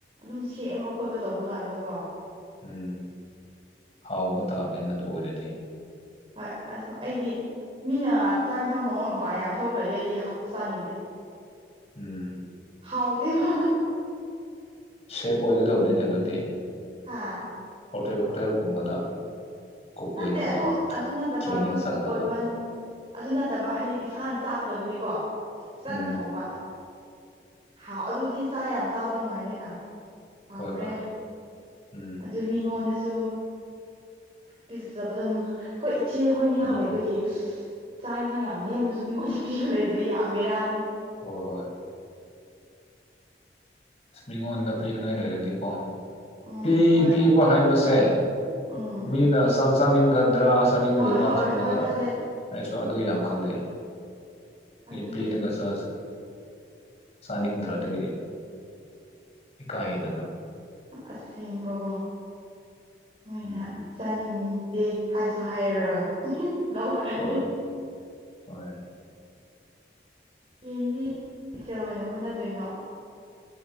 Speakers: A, on the right; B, on the left.
A: ꯁꯨꯝ ꯁꯦꯝꯕ ꯈꯣꯠꯄ ꯇꯧꯕ ꯀꯥꯟꯗꯣꯀꯣ
B: ꯎꯝ ꯍꯥꯎꯕ ꯇꯥꯕꯅꯤꯅ ꯑꯗꯨ ꯑꯣꯏꯔꯗꯤ
A: ꯍꯣꯏ ꯑꯗꯨꯣ ꯑꯩꯗꯤ ꯃꯤꯅ ꯆꯥꯛ ꯌꯦꯟꯁꯥꯡ ꯊꯣꯡ ꯉ ꯃ ꯄꯥꯏ ꯌꯥꯝ ꯊꯣꯛꯈ꯭ꯔꯗꯤ ꯑꯩꯗꯤ ꯍꯥꯞ ꯆꯥꯅꯤꯡꯗꯦ
B: ꯎꯝ
A: ꯍꯥꯎꯗꯤꯕ
B: ꯁꯦꯞ ꯑꯣꯏꯒꯗꯕꯅꯤꯅꯦ ꯑꯗꯨꯗꯤ
A: ꯍꯥꯥ
B: ꯍꯣꯇꯦꯜ ꯍꯣꯇꯦꯜꯒꯨꯝꯕꯗ ꯀꯨꯛ
A: ꯅꯠꯇꯦ
B: ꯑꯣꯏꯅꯕ
A: ꯑꯗꯨ ꯑꯗꯨ ꯅꯠꯇꯕ
B: ꯇ꯭ꯔꯦꯅꯤꯡ
A: ꯑꯗꯨ
B: ꯆꯥꯒꯗꯕ
A: ꯀꯣꯛ ꯑꯣꯏꯕ ꯑꯗꯨ ꯅꯠꯇꯕ ꯍꯥꯏꯗꯤ ꯏꯁꯥꯅ ꯆꯥꯀꯗꯕꯗꯤꯀꯣ ꯆꯅ
B: ꯎꯝ
A: ꯊꯣꯡꯕ ꯍꯥꯎ ꯑꯗꯨꯗꯤ ꯆꯥ ꯌꯥꯝ ꯆꯥꯕ ꯅꯨꯡꯉꯥꯏꯔꯦꯅ ꯍꯥꯎꯔꯦ
B: ꯍꯣꯏ ꯍꯣꯏ ꯎꯝ
A: ꯑꯗꯨ ꯃꯤꯉꯣꯟꯗꯁꯨ ꯄꯤꯖꯆꯕꯗꯅꯨ ꯑꯩꯈꯣꯏ ꯏꯆꯦ ꯑꯩꯈꯣꯏꯅꯤꯍꯥꯛ
B: ꯍꯣꯏ
A: ꯂꯩꯕꯒꯤ ꯆꯥꯛ ꯏꯟꯁꯥꯡ ꯌꯥꯝ ꯂꯦꯝꯃꯁꯨ ꯃꯤꯉꯣꯟꯗ ꯄꯤꯕ ꯂꯩꯗꯕ ꯌꯥꯝꯕꯔꯥꯅꯤ
B: ꯍꯣꯏ ꯍꯣꯏ ꯑꯁ ꯃꯤꯉꯣꯟꯗ ꯄꯤꯅꯤꯡꯉꯥꯏ ꯂꯩꯔꯗꯤꯀꯣ
A: ꯎꯝ
B: ꯄꯤ
A: ꯍꯣꯏ
B: ꯄꯤꯕ ꯍꯥꯏꯕꯁꯦ
A: ꯎꯝ
B: ꯃꯤꯅ ꯆꯪ ꯆꯥꯅꯤꯡꯒ ꯗ꯭ꯔꯥ ꯆꯥꯅꯤꯡꯂꯣꯏꯗ꯭ꯔꯥ
A: ꯍꯣꯏ ꯍꯣꯏ
B: ꯈꯟꯕꯗ
A: ꯍꯣꯏ ꯈꯜꯂꯦ
B: ꯑꯩꯁꯨ ꯑꯗꯨ ꯌꯥꯝ ꯈꯂꯦ ꯄ
A: ꯑꯗꯨꯅꯦ
B: ꯄꯔꯒꯁꯨ ꯁꯅꯤ ꯊꯔꯤ ꯍꯀ ꯍꯗꯅ
A: ꯑꯁꯦꯡꯕꯀꯣ ꯃꯣꯏꯅ
B: ꯎꯝ
A: ꯆꯥꯅꯤꯡꯉ ꯗꯦ ꯍꯥꯏꯁꯨ ꯍꯥꯏꯔꯔꯣꯏ ꯂꯧꯈ꯭ꯔꯅꯤ
B: ꯍꯣꯏ ꯍꯣꯏ
A: ꯍꯌꯦꯡꯗꯤ ꯀꯩꯊꯦꯜ ꯑꯣꯏꯅ ꯍꯣꯠꯅꯗꯣꯏꯅꯣ